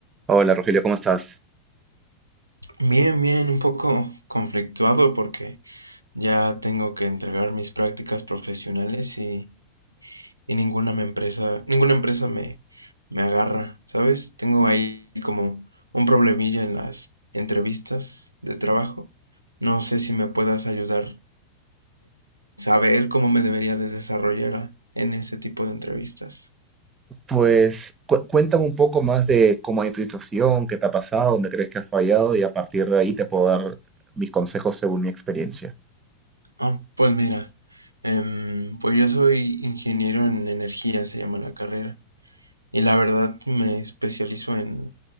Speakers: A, on the right (about 20°); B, on the right (about 85°).
A: Hola Rogelio, ¿cómo estás?
B: Bien, bien, un poco conflictuado porque ya tengo que entregar mis prácticas profesionales y, y ninguna me empresa, ninguna empresa me, me agarra, ¿sabes? Tengo ahí como un problemilla en las entrevistas de trabajo. No sé si me puedas ayudar a saber cómo me debería de desarrollar a- en ese tipo de entrevistas.
A: Pues cu- cuéntame un poco más de cómo hay tu situación, qué te ha pasado, dónde crees que has fallado y a partir de ahí te puedo dar mis consejos según mi experiencia.
B: Ah, pues mira, em, pues yo soy ingeniero en energía, se llama la carrera. Y la verdad me especializo en